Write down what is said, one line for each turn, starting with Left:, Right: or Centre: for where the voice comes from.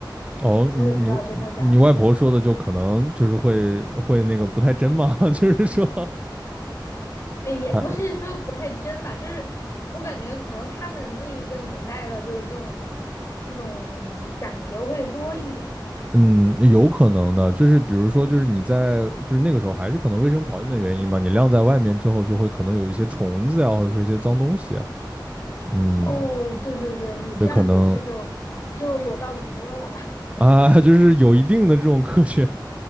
Right: 哦，你你你外婆说的就可能就是会会那个不太真嘛，
Left: 我也不知道真的假的，
Right: <laughs> 就是说 <laughs>
Left: 哎，也不是说不太真吧，
Right: 他，
Left: 就是我感觉可能他们那一个年代的，就是这种这种讲究会多一点吧。
Right: 嗯有可能的，就是比如说就是你在就是那个时候还是可能卫生条件的原因嘛，你晾在外面之后就会可能有一些虫子呀，或者说一些脏东西，嗯，
Left: 哦，对对对，你这样解释就就有道理多了。
Right: 这可能 <laughs> 啊，就是有一定的这种科学，